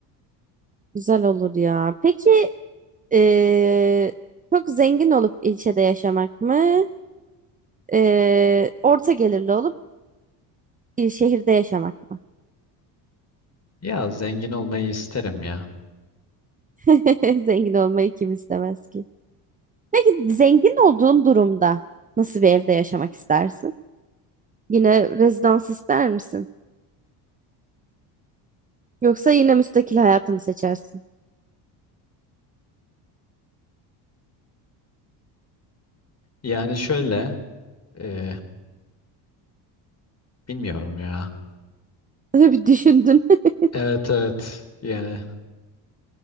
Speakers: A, on the right (about 15°); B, on the left (about 30°).
A: Güzel olur ya. Peki Ee, çok zengin olup ilçede yaşamak mı? Ee, orta gelirli olup il şehirde yaşamak mı?
B: Ya zengin olmayı isterim ya.
A: <laughs> Zengin olmayı kim istemez ki? Peki zengin olduğun durumda nasıl bir evde yaşamak istersin? Yine rezidans ister misin? Yoksa yine müstakil hayatı mı seçersin?
B: Yani şöyle e, bilmiyorum ya.
A: <laughs> Öyle bir düşündün. <laughs>
B: Evet evet yani